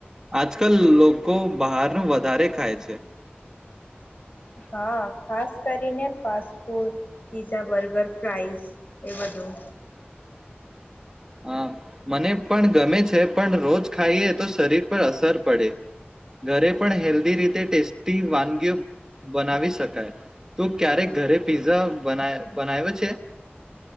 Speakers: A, on the right (about 15°); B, on the left (about 50°).
A: આજકાલ લોકો બહારનું વધારે ખાય છે.
B: હા ખાસ કરીને fast food, pizza, burger, fries એ બધું.
A: હા મને પણ ગમે છે પણ રોજ ખાઈએ તો શરીર પર અસર પડે. ઘરે પણ હેલ્ધી રીતે ટેસ્ટી વાનગીઓ બનાવી શકાય, તું ક્યારેક- ઘરે પિઝા બનાય. બનાઈવે છે?